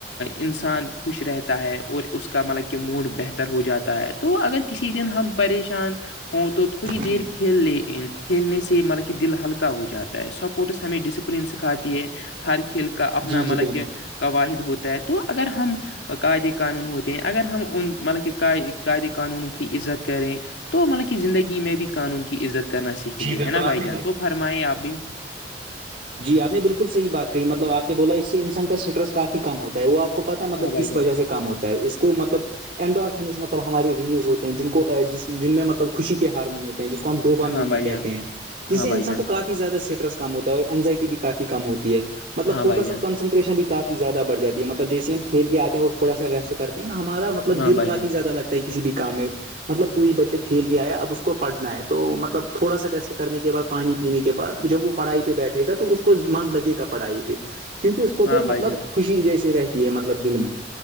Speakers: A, on the left; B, on the right.
A: انسان خوش رہتا ہے اور اس کا مطلب کہ موڈ بہتر ہو جاتا ہے تو اگر کسی دن ہم پریشان ہوں تو تھوڑی
B: جی
A: دیر
B: جی
A: کھیل لے کھیلنے سے مطلب کہ دل ہلکا ہو جاتا ہے سپورٹس ہمیں ڈسپلین سکھاتی ہے ہر کھیل کا اپنا
B: جی
A: مطلب
B: جی بالکل
A: کہ قواہد ہوتا ہے تو اگر ہم قاعدے قانون ہوتے ہیں اگر ہم ان مطلب کہ قائعدے قانونوں کی عزت کریں تو مطلب کہ زندگی میں بھی قانون کی عزت کرنا سیکھیں
B: جی
A: گے
B: بالکل
A: ہے نا
B: آپ
A: بھائی
B: نے
A: جان تو فرمائیں آپ بھی <unintelligible>
B: ی آپ نے بالکل صحی بات کہی مطلب آپ نے بولا اس سے انسان کا اسٹریس کافی کم ہوتا ہے وہ آپ کو پتا ہے مطلب
A: ہاں بھائی
B: کس
A: جان
B: وجہ سے کام ہوتا ہے اس کو مطلب انڈس مطلب ہماراری ریلیز ہوتی جن کو جن میں مطلب خوشی کے ہارمون ہوتے ہیں جس کو ہم ڈوبا
A: ہاں
B: مین
A: بھائی
B: بھی کہتے
A: جان
B: ہیں جس
A: ہاں
B: سے
A: بھائی
B: انسان
A: جان
B: کو کافی زیادہ اسٹریسم ہوتا ہے اور اگزائٹی بھی کافی کم ہوتی ہےطلب
A: ہاں
B: فوکس
A: بھائی جان
B: اور کانسٹریشن بھی کافی زیادہ بڑھ جات ہے مطلب جیسے ہم کھیل کے آتے اور تھوڑا سایٹ کرتے ہیں ہمارا مطلب
A: ہاں
B: دل
A: بھائی
B: کافی
A: جان
B: زیادہ لگتا کسی بھی کام میں مطلب کوئی بچہ کھیل کے آیا اب اس کو پڑھنا ہے تو مطلب تھوڑا سا ریسٹ کرنے کے بعد پانی پینے کے بعد جب وہ پڑھائی پہ بیٹھے گا تو اس کو من لگے گا پڑھائی پہ کیونکہ اس کو
A: ہاں
B: پھر
A: بھائی
B: مطلب
A: جان
B: خوشی جیسی رہتی ہے مطلب دل میں